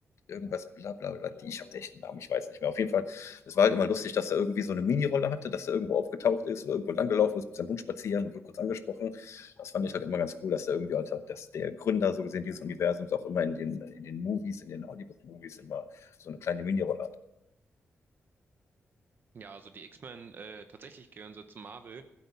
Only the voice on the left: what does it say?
irgendwas, bla bla bla. Die, ich habe den echten Namen, ich weiß nicht mehr. Auf jeden Fall, es war halt immer lustig, dass er irgendwie so eine Minirolle hatte, dass er irgendwo aufgetaucht ist oder irgendwo langgelaufen ist, mit seinem Hund spazieren und wird kurz angesprochen. Das fand ich halt immer ganz cool, dass er irgendwie, Alter, dass der Gründer so gesehen dieses Universums auch immer in den, in den Movies, in den Hollywood-Movies immer so eine kleine Minirolle